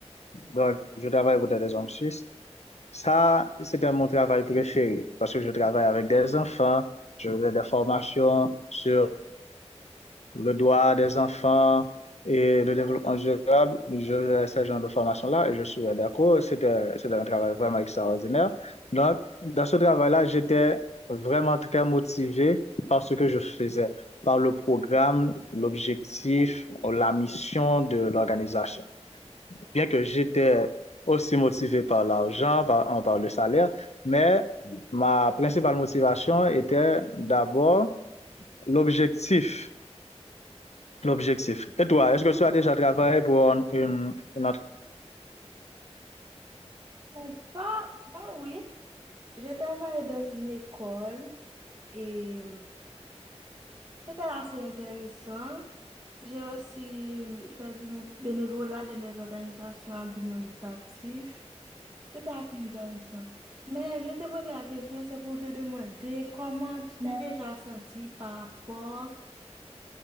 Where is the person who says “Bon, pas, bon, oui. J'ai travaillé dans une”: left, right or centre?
Right